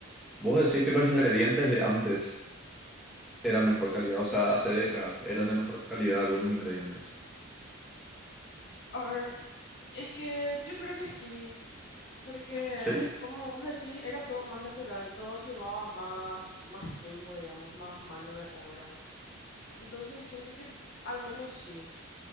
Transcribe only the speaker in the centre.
vos decís que los ingredientes de antes eran mejor calidad, o sea, hace décadas eran de mejor calidad algunos ingredientes.
Sí,